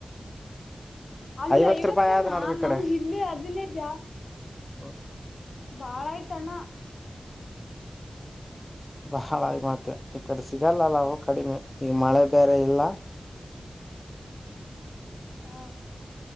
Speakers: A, on the left; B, on the left.
A: ಅಲ್ಲ
B: ಐವತ್
A: ಐವತ್ತು
B: ರೂಪಾಯಿ ಆದ್
A: ಅಣ್ಣ
B: ನೋಡ್ರಿ ಈ ಕಡೆ
A: ನಮ್ಗ ಇಲ್ಲಿ ಹದಿನೈದು ಜಾಸ್ತಿ
B: <unintelligible>
A: ಬಾಳ ಆಯ್ತಣ
B: ಬಾಳ ಮತ್ತೆ ಈ ಕಡೆ ಸಿಗಲ್ಲಲ್ಲಾವು ಕಡಿಮೆ ಈಗ ಮಳೆ ಬೇರೆ ಇಲ್ಲ
A: ಹಾ